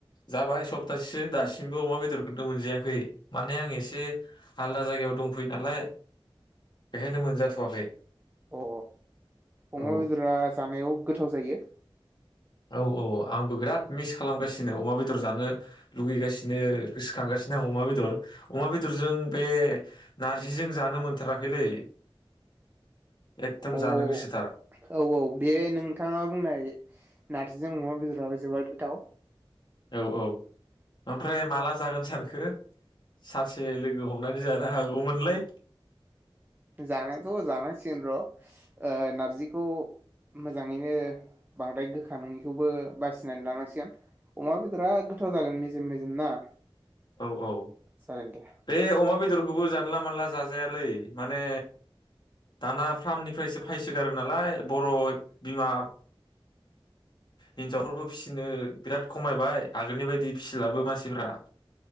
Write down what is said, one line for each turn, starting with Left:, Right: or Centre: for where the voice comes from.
Left: जाबाय सप्तासेसो दासिमबो अमा बेदरखौनो मोनजायाखै माने आं एसे आलदा जायगायाव दंफैयो नालाय बेखायनो मोनजाथ'वाखै
Right: अ अमा
Left: औ
Right: बेदरा जानायाव गोथाव जायो।
Left: औ औ आंबो बिराद मिस खालामगासिनो अमा बेदर जानो लुगैगासिनो गोसोखांगासिनो आं अमा बेदर। अमा बेदरजों बे नारजिजों जानो मोनथाराखैलै एकदम
Right: अ
Left: जानो गोसोथार
Right: औ औ बे नोंथाङा बुंनाय नारजिजों अमा बेदराबो जोबोद गोथाव।
Left: औ औ ओमफ्राय माला जागोन सानखो? सानसे लोगो हमनानै जानो हागौमोनलै
Right: जानायाथ जानायसिन र ओ नारजिखौ मोजाङैनो बांद्राय गोखा नङैखौबो बासिनानै लानांसिगोन अमा बेदरा गोथाव जागोन मेजेम मेजेम ना
Left: औ औ
Right: जागोन दे
Left: बे अमा बेदर खौबो जानला मानला जाजायालै माने दाना फार्मनिफ्रायसो फायसोगारो नालाय बर' बिमा हिनजावफोरबो फिसिनो बिराद खमायबाय आगोलनि बायदि फिसिलाबो मानसिफोरा